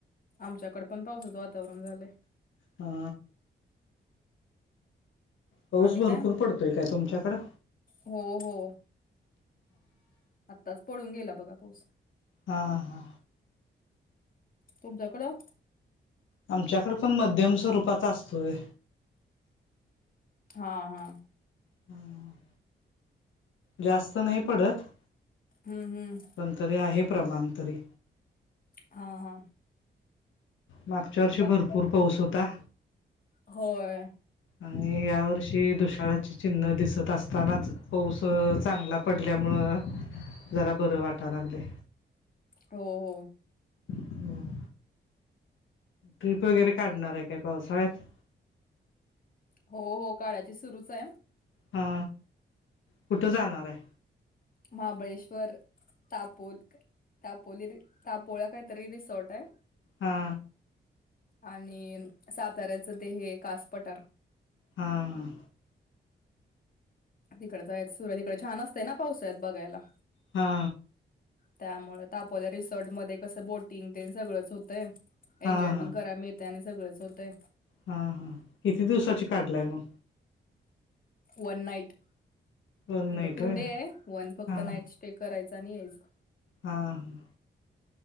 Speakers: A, on the left; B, on the left.
A: आमच्याकडे पण पावसाचं वातावरण झालंय
B: हा पाऊस
A: आणि
B: भरपूर
A: काय
B: पडतोय काय तुमच्याकडं
A: हो हो आत्ताच पळून गेला बघा पाऊस
B: हा हा
A: तुमच्याकडं
B: आमच्याकडे पण मध्यम स्वरूपाचा असतोय
A: हा हा
B: हम जास्त नाही पडत
A: हम्म हम्म
B: पण तरी आहे प्रमाण तरी
A: हा हा
B: मागच्या वर्ष
A: बा
B: भरपूर पाऊस होता
A: होय
B: आणि या वर्षी दुषाळाची चिन्ह दिसत असतानाच पाऊस चांगला पडल्यामुळं जरा बरं वाटा लागले
A: हो हो
B: हम्म ट्रिप वगैरे काढणार आहे काय पावसाळ्यात
A: हो हो काळाची सुरूच आहे
B: हा कुठं जाणार आहे
A: महाबळेश्वर तापोल तापोली तापोळा काहीतरी रिसॉर्ट आहे
B: हा
A: आणि साताऱ्याचं ते हे कास पटार
B: हा ह
A: तिकडच आहेत सुरत इिकडे छान असतें ना पाऊसत बघायला
B: हा
A: त्यामुळे तापोल्या रिसॉर्टमध्येध्ये कसं बोटिंग ते सगळंच होतं
B: हा हा
A: एन्जॉय पण करा मिळत त्याने सगळंच होतं
B: हा हा किती दिवसाची काढलाय मग
A: वन नाईट
B: वन
A: म्हणजे
B: नाईट
A: टू
B: होय
A: डे आहे वन फक्त
B: हा
A: नाईट ते करायचं आणि यायचं
B: हा ह